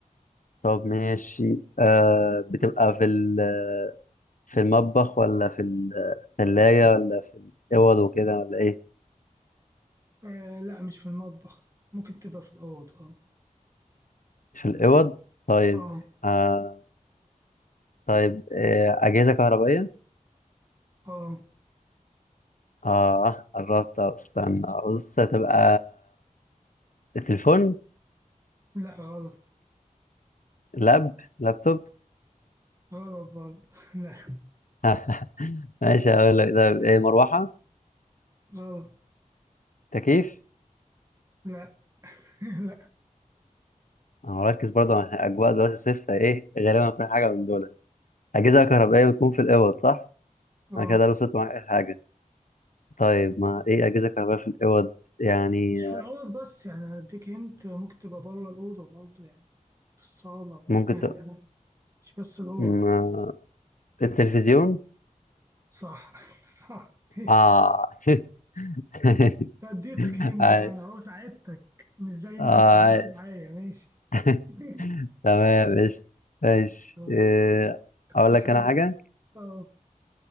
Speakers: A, on the left; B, on the right.
A: طب ماشي آه بتبقى في ال في المطبخ ولا في الثلاجة ولا في الأوض وكده ولا ايه
B: آه، لا مش في المطبخ ممكن تبقى في الأوض اه
A: في الأوض طيب
B: اه
A: آه طيب آه أجهزة كهربائية
B: اه
A: اه قربت أهو، استنى بص هتبقى تليفون
B: لا غلط
A: لاب لابتوب
B: غلط برضه <laughs> لا
A: <laughs> ماشي هقول لك طيب ايه مروحة
B: غلط
A: تكييف
B: لا <laughs> لا
A: انا مركز برضه مع اجواء دلوقتي صفر ايه غالبا هتكون حاجه من دول أجهزة كهربائية بتكون في الأوض صح؟
B: اه
A: أنا كده لو وصلت معاك أي حاجة طيب ما إيه أجهزة كهربائية في الأوض يعني
B: مش في الأوض بس يعني أديك هنت ممكن تبقى بره الأوضة برضه يعني في الصالة برضه
A: ممكن
B: يعني
A: ت...
B: مش بس اللي هو
A: ما... التلفزيون؟
B: صح <laughs> صح ماشي
A: آه <laughs>
B: فاديتك هنت
A: عاش
B: يعني اهو ساعدتك مش زي ما
A: آه
B: انت عملت
A: عاش
B: معايا ماشي
A: <laughs>
B: <laughs>
A: تمام قشطة ماشي
B: طب
A: إيه،
B: اختار
A: أقول لك
B: حاجة
A: أنا حاجة؟
B: اه